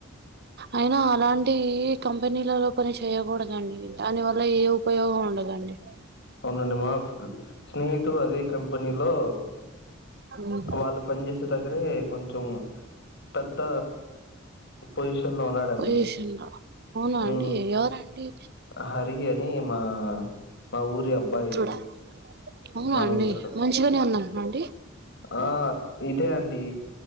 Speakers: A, on the right; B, on the left.
A: అయినా అలాంటి కంపెనీలలో పని చేయకూడదండి దాని వల్ల ఏ ఉప్ పయోగం ఉండదండి
B: అవునండి మస్ స్నేహితుడు అదే కంపెనీలో
A: ఉమ్
B: వాళ్ళు పని చేేసే దగ్గరే కొంచెం పెద్ద పొజిషన్ లో ఉన్నాడండి
A: పోయషింద అవునా
B: మ్మ్
A: అండి ఎవరండి
B: హరి అని మా మా ఊరి అబ్బాయి
A: మిత్రుడా అవునా
B: మా
A: అండి
B: మిత్రుడు
A: మంచిగానే ఉన్నా అండి
B: ఆ ఇదే అండి